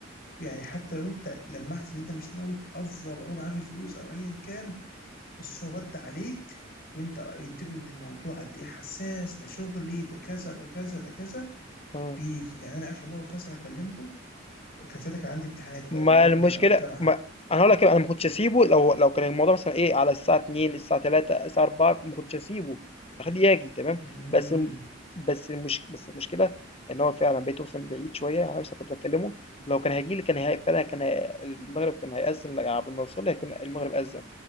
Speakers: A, on the left; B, on the left.
A: يعني حتى لو انت لمحت ان انت مش ناوي تأفور او معاه في الفلوس او ايا كان بس هو رد عليك وانت قلت له ان الموضوع قد ايه حساس ده شغلي ده كذا ده كذا ده كذا
B: مم.
A: بيجي يعني انا اخر مره خلاص انا كلمته وكان ساعتها كان عندي امتحانات بقى
B: ما
A: اونلاين
B: المشكلة
A: وكده في الجامعه
B: ما انا هقول لك إيه، انا ما كنتش اسيبه لو لو كان الموضوع مثلا ايه على الساعة 2 الساعة 3 الساعة 4 ما كنتش اسيبه كنت اخليه يجي تمام
A: امم
B: بس الم- بس المش... بس المشكلة ان هو فعلا بقيت اوصل بعيد شوية انا لسه كنت بكلمه لو كان هيجي لي كان هي... فعلا كان هي... المغرب كان هيأذن لا، قبل ما يوصل لي هيكون المغرب أذن